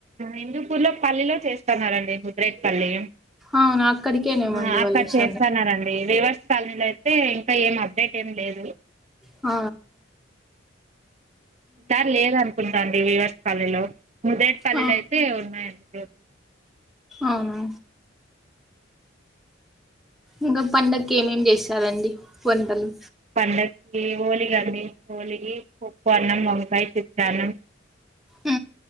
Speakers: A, on the right (about 35°); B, in the centre.
A: హిందూపూర్లో పల్లిలో చేస్తున్నారండి ముద్రేట్ పల్లి
B: అవునా అక్కడికేనేమండి
A: ఆ,
B: వాల్
A: అక్కడ
B: వస్త
A: చేస్తున్నారండి రివర్స్ కాలనీలో అయితే ఇంకా ఏం అప్డేట్ ఏం లేదు.
B: ఆ
A: సార్ లేద్ అనుకుంటా అండి వివర్స్ కాలనీలో ముదరేట్పల్లు
B: ఆ
A: అయితే ఉన్నాయండి అ
B: అవునా ఇంకా పండగ్కి ఏమేం చేస్తారండి వంటలు
A: పండకి హోలి గదండీ ఉప్పు అన్నం వంకాయ చితన్నం
B: ఉ